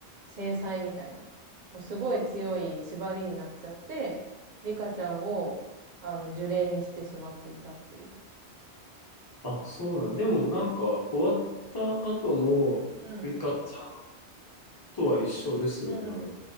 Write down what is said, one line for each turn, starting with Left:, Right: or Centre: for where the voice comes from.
Right: 制裁みたいな、もうすごい強い縛りになっちゃって、リカちゃんをあの呪霊にしてしまっていたっていう。
Left: あ、そうなん。でもなんか、終わった後も、
Right: うん。
Left: リカちゃんとは一緒ですよね、
Right: うんうん。
Left: あれ。リ